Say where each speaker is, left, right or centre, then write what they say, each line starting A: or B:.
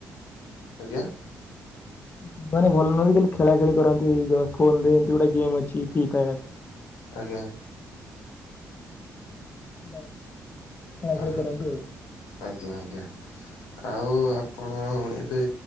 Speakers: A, on the left; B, on the left.
A: ଆଜ୍ଞା଼
B: ସାଙ୍ଗମାନେ ଭଲ ନୁହନ୍ତି କିନ୍ତୁ ଖେଳା ଖେଳି କରନ୍ତି ଏଇ ଫୋନ ରେ ଏମିତି ଗୋଟେ ଗେ ଅଛି ଫ୍ରି ଫାୟାର।
A: ଆଜ୍ଞା।
B: ହ ଖେଳା ଖେଳି
A: ଆ-
B: କରନ୍ତି ଆଉ।
A: ଆଜ୍ଞା ଆଜ୍ଞା ଆଉ ଆପଣ ଏବେ।